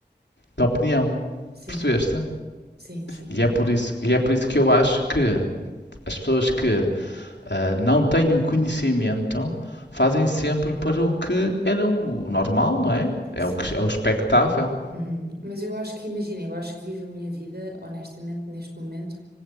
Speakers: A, on the left; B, on the right.
A: de opinião.
B: Sim,
A: Percebeste?
B: sim, sim,
A: E
B: claro.
A: é por isso, e é por isso que eu acho que as pessoas que ah, não têm o conhecimento fazem sempre para o que era o normal, não é? É
B: Sim.
A: o que é o expectável.
B: Uhum. Mas eu acho que, imagina, eu acho que vivo a minha vida, honestamente, neste momento,